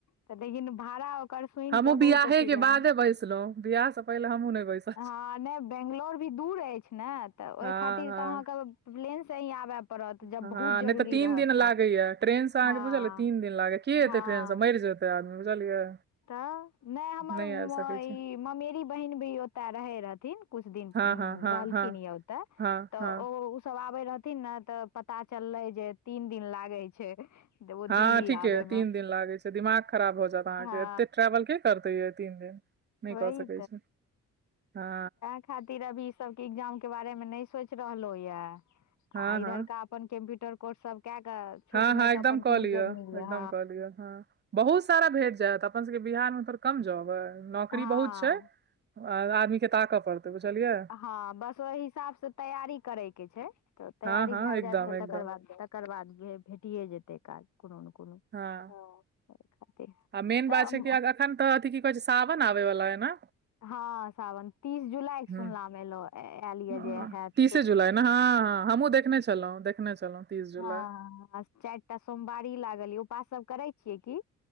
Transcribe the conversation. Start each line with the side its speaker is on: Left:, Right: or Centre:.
Left: तऽ लेकिन भाड़ा ओकर सुनि
Right: हमहूँ
Left: कऽ
Right: बियाहे
Left: बहुत अथी
Right: के
Left: लगै
Right: बादे बैसलहुँ बियाह से पहिले हमहूँ नहि बैसल
Left: हँ नय बेंगलोर भी दूर अछि ने तऽ ओहि
Right: हँ
Left: खातिर
Right: हँ
Left: तऽ अहाँक प्लेन से ही आबय पड़त जब
Right: हँ
Left: बहुत
Right: नय
Left: जरूरी
Right: तऽ तीन
Left: रहत
Right: दिन लागैया
Left: तऽ
Right: ट्रेन से अहाँके
Left: हँ
Right: बुझलया तीन दिन लागया कि ऐतै
Left: हँ
Right: ट्रेनसँ मर जेतै आदमी बुझलियै
Left: तऽ नय हमर
Right: नहि आबि सकैत छी
Left: ई ममेरी बहिन भी ओत रहै रहथिन कुछ दिन
Right: हँ
Left: रहलखिन
Right: हँ हँ हँ
Left: यऽ ओतऽ
Right: हँ
Left: तऽ
Right: हँ
Left: ओ सब आबे रहथिन ने तऽ पता चललै जे तीन दिन लागे छै ओ
Right: हँ
Left: दिल्ली
Right: ठीके
Left: आबे
Right: तीन
Left: मे
Right: दिन लागे छै दिमाग खराब भऽ जायत अहाँके
Left: हँ
Right: एते ट्रेवल के करते ये तीन दिन ने
Left: वही
Right: कऽ सकै छै हँ
Left: ओय खातिर अभी ई सब के एग्जाम के बारे मे न सोच रहलो ये
Right: हँ
Left: आ इधर
Right: हँ
Left: का अपन कम्प्यूटर कोर्स सब कए कऽ छोट
Right: हँ हँ
Left: मोट
Right: एकदम
Left: अपन
Right: कऽ
Left: कोनो
Right: लिअ
Left: जॉब मिल
Right: एकदम
Left: जाय।
Right: कऽ लिअ हँ बहुत सारा भेट जायत अपन सबके बिहार मे त कम जाॅब ऐ नौकरी
Left: हँ
Right: बहुत छै आ आदमी के ताकऽ पड़तै बिझलियए
Left: हँ बस ओहि हिसाब से तैयारी करय के छै तऽ तैयारी
Right: हँ हँ
Left: भए
Right: एकदम
Left: जायत तऽ
Right: एकदम
Left: तकर बाद तकर बाद गे भेटिए जेतै काज कोनो ने कोनो
Right: हँ
Left: ओहि खातिर
Right: आ मेन बात
Left: तऽ
Right: छै कि अगर एखन तऽ अथि की कहे छै सावन आबे वालाया ने
Left: हँ सावन तीस जुलाई के
Right: ह
Left: सुनलामे एलो आयल यए
Right: हँ
Left: जे हत
Right: तीसे जुलाइ ने हँ ह हमहुँ देखने छलहुँ देखने छलहुँ तीस जुलाई
Left: हँ चारि टा सोमवारी लागल य उपास सभ करै छियै की